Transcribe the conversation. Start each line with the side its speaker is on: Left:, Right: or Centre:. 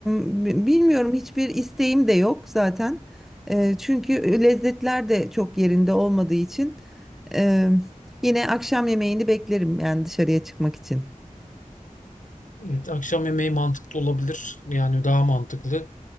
Centre: b- bilmiyorum hiçbir isteğim de yok zaten. E, çünkü e, lezzetler de çok yerinde olmadığı için e, yine akşam yemeğini beklerim yani dışarıya çıkmak için.
Left: Evet, akşam yemeği mantıklı olabilir. Yani daha mantıklı.